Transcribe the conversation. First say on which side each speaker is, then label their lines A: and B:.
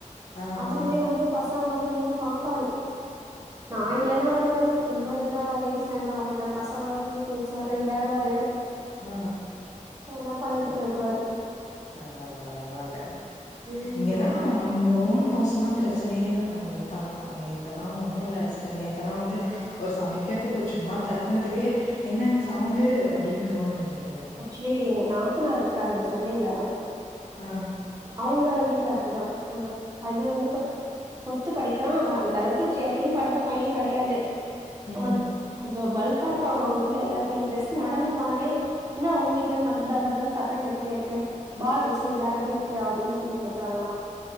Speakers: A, on the left; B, on the right.
A: ஆ
B: அவருமே
A: ஆ
B: வந்து பசங்களோட நின்னு பாப்பாரு நா
A: ஓ
B: இல்லன்னா வருவாரு அவரு நம்ப இருந்தா லேடிஸ்லா இருந்தா வர மாட்டாரு பசங்களோடு நின்னு பேசுவாரு வெளையாடுவாரு
A: ஆ
B: ஓ எல்லாம் பண்ணிட்டு
A: சேரி
B: போயிடுவாரு
A: பரவால்ல பரவால்ல
B: ம்
A: இங்கெல்லாம் நம்ப ஓன் ஹவுஸ்னா பிரச்சனையே இல்ல ஒன்னு பண்ணலாம் நேத்தெல்லாம் ஒன்னு இல்ல சிஸ்டர் நேத்தெல்லாம் வந்து ஒரு சமைக்கிறதுக்கு சும்மா தட்டுனதுக்கே என்ன அங்க சவுண்ட் அப்டின்னு ஃபோன் பண்ணிக்கேக்க
B: ஆக்சுலி எங்க நாத்தனார் இருக்காங்க சென்னையில
A: ஆ
B: அவுங்க வீட்ல அப்டிதான் அந்த பையன் வந்து இப்ப பிஃப்து படிக்கிறான் அவ அந்த அளவுக்கு சேட்டையும் பண்ற பையன் கெடையாது
A: ம்.
B: அவன் கொஞ்சம் பல்கா இருப்பாங்க அவுங்க வீட்ல எல்லாருமே ஜஸ்ட் நடந்து போனாலே என்னா உங்க வீட்ல இருந்து மட்டும் டங் டங்கு சத்தம் கேட்டுட்டே இருக்கு பால் வச்சு நீ விளையாடிட்டே இருக்கியா அப்டின்னு சொல்லி கேக்குறாங்களா